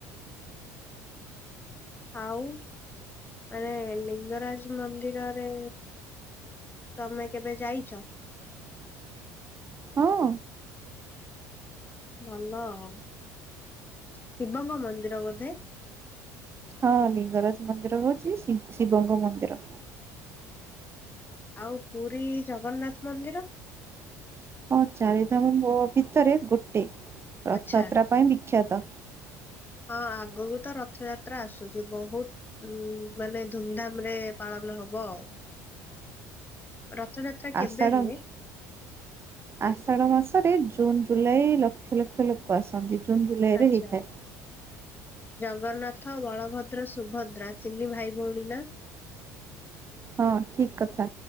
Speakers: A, on the left (about 25°); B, on the right (about 30°).
A: ଆଉ ଆରେ ଲିଙ୍ଗରାଜ ମନ୍ଦିରରେ ତମେ କେବେ ଯାଇଚ?
B: ହଁ।
A: ଭଲ ଆଉ। ଶିବଙ୍କ ମନ୍ଦିର ବୋଧେ?
B: ହଁ ଲିଙ୍ଗରାଜ ମନ୍ଦିର ହଉଛି ଶି ଶିବଙ୍କ ମନ୍ଦିର।
A: ଆଉ ପୁରୀ ଜଗନ୍ନାଥ ମନ୍ଦିର?
B: ହଁ ଚାରିଧାମ ମୋ ଭିତରେ ଗୋଟେ। ରଥଯାତ୍ରା
A: ଆଚ୍ଛା
B: ପାଇଁ ବିଖ୍ୟାତ।
A: ହଁ ଆଗକୁ ତ ରଥଯାତ୍ରା ଆସୁଚି। ବହୁତ ଉ ମାନେ ଧୁମଧାମ ରେ ପାଳନ ଭଲ ହବ ଆଉ। ରଥଯାତ୍ରା
B: ଆଷାଢ!
A: କେବେ ହୁଏ?
B: ଆଷାଢ ମାସରେ June June - July lakh lakh ଲୋକ ଆସନ୍ତି ଜୁନ୍ ଜୁଲାଇ
A: ଆଚ୍ଛା
B: ରେ ହେଇଥାଏ।
A: ଜଗନ୍ନାଥ ବଳଭଦ୍ର ସୁଭଦ୍ରା ତିନି ଭାଇ ଭଉଣୀ ନା?
B: ହଁ ଠିକ୍ କଥା